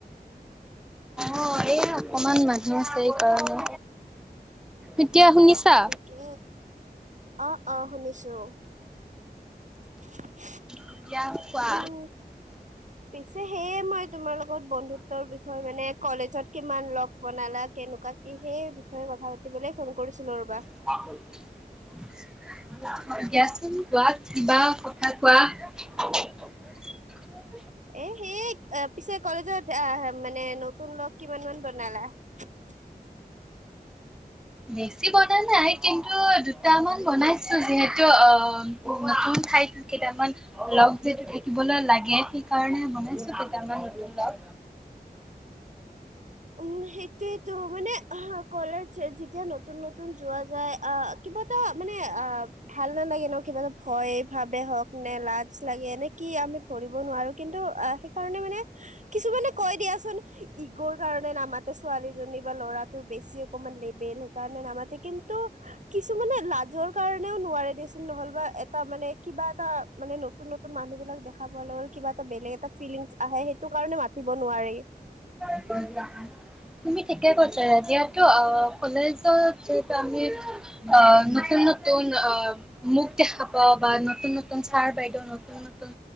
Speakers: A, in the centre; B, on the right.
A: অ', এই অকমান মানুহ আছে এই কাৰণে। এতিয়া শুনিছা?
B: কি অ', অ', শুনিছো। <inaudible>
A: এতিয়া কোৱা।
B: উম, পিছে সেয়ে মই তোমাৰ লগত বন্ধুত্বৰ বিষয়ে মানে কলেজত কিমান লগ বনালা কেনেকুৱা কি সেই বিষয়ে কথা পাতিবলে ফোন কৰিছিলো ৰ'বা।
A: <unintelligible> দিয়াচোন গোৱাত কিবা <unintelligible>
B: এ সেই পিছে কলেজত অহ, মানে নতুন লগ কিমান মান বনালা? <inaudible>
A: বেছি বনা নাই কিন্তু দুটামান বনাইছো যিহেতু অ', নতুন ঠাইত কেইটামান লগ যিহেতু থাকিবলৈ লাগে সেই কাৰণে বনাইছো কেইটামান লগ।
B: উম, সেইটোয়েটো মানে কলাৰ যেতিয়া ন নতুন নতুন যোৱা যায় অহ, কিবা এটা মানে অহ ভাল নালাগে ন' কিবা এটা ভয় ভাবে হওঁক নে লাজ লাগে নে কি আম কৰিব নোৱাৰো কিন্তু সেইকাৰণে মানে কিছুমানে কয় দিয়াচোন ইক' স কাৰণে নামাতে ছোৱালীজনী বা ল'ৰাটোৰ বেছি অকমান লেবেল সেইকাৰণে নামাতে কিন্তু কিছুমানে লাজৰ কাৰণেও নোৱাৰে দিয়াচোন নহ'ল বা এটা মানে কিবা এটা মানে নতুন নতুন মানুহবিলাক দেখা খাব ল'ল কিবা এটা বেলেগ এটা ফিলিংস আহে সেইটো কাৰণে মাতিব নোৱাৰি।
A: <inaudible> তুমি ঠিকে কৈছা যিহেতু অ', কলেজত যিহেতু আমি অ', নতুন ন নতুন অ', মুখ দেখা পাওঁ বা নতুন নতুন ছাৰ বাইদেউ নতুন নতুন